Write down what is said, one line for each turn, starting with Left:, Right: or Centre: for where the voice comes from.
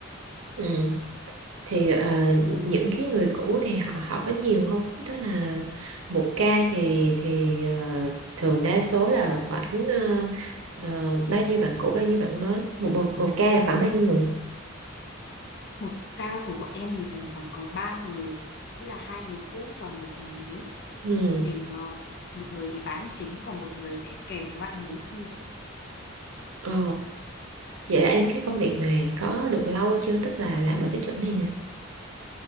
Right: ừ thì ờ, những cái người cũ thì họ họ có nhiều không? Tức là một ca thì thì ờ, thường đa số là khoảng ờ, ờ, bao nhiêu bạn cũ bao nhiêu bạn mới một một một ca là khoảng bao nhiêu người?
Left: Một ca của bọn em thì tầm khoảng có ba người sẽ là hai người cũ và một người mới
Right: Ừ.
Left: để ờ, một người thì bán chính còn một người sẽ kèm cái bạn mới kia
Right: Ờ, vậy là em cái công việc này có được lâu chưa? Tức là làm ở cái chỗ này nè.